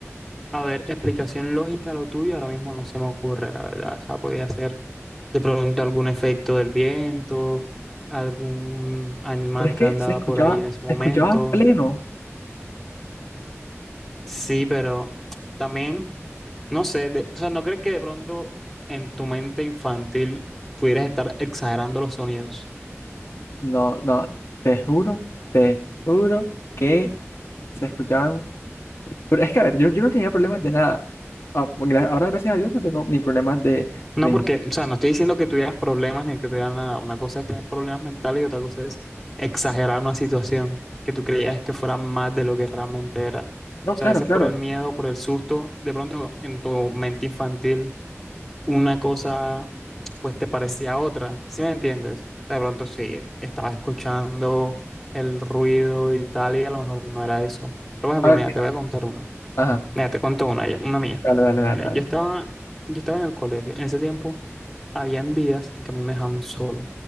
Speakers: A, in the centre; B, on the left.
A: A ver, explicación lógica a lo tuyo ahora mismo no se me ocurre, la verdad. O sea, podía ser de pronto algún efecto del viento, algún animal
B: Pero es que
A: que andaba
B: se escuchaba,
A: por ahí en ese momento.
B: se escuchaba pleno.
A: Sí, pero también... No sé, de- o sea, ¿no crees que de pronto en tu mente infantil pudieras estar exagerando los sonidos?
B: No, no, te juro, te juro que se escuchaban. Pero es que, a ver, yo, yo no tenía problemas de nada. Ah, pues gra- ahora, gracias a Dios, no tengo ni problemas de,
A: No,
B: de...
A: porque,
B: ins-
A: o sea, no estoy diciendo que tuvieras problemas ni que tuvieras nada. Una cosa es tener problemas mentales y otra cosa es exagerar una situación que tú creías que fuera más de lo que realmente era. O
B: No,
A: sea,
B: claro,
A: a veces
B: claro.
A: por el miedo, por el susto, de pronto en tu mente infantil una cosa pues te parecía otra, ¿sí me entiendes? O sea, De pronto sí, estabas escuchando el ruido y tal y a lo mejor no era eso. Pero, por ejemplo,
B: A ver,
A: mira,
B: mira.
A: te voy a contar una.
B: Ajá.
A: Mira, te cuento una, una mía.
B: Dale, dale, dale,
A: Mira,
B: dale.
A: yo estaba, yo estaba en el colegio. En ese tiempo habían días en que a mí me dejaban solo.